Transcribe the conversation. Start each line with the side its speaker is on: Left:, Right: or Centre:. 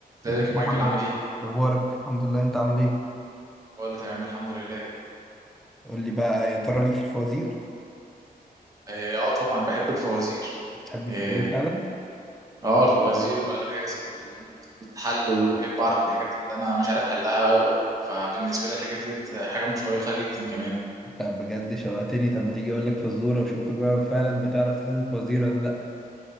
Right: ازيك
Centre: ازيك يا
Right: يا مايكل
Centre: محمد
Right: عامل ايه؟
Centre: اخبارك الحمد لله انت عامل ايه
Right: كله تمام الحمد لله
Centre: قول لي بقى يا ترى ليك في الفوازير
Right: اه آه طبعا بحب الفوازير
Centre: بتحب الفوازير
Right: اه
Centre: فعلا
Right: آه، الفوازير والالغاز وال- والتحلل واحب اعرف الحاجات اللي انا مش عارف حلها و- فبالنسبه لي الحاجات ديت حاجه مشوقه جدا كمان
Centre: طب بجد شوقتني طب ما تيجي اقول لك فزوره واشوفك بقى فعلا بتعرف تحل الفوازير ولا لا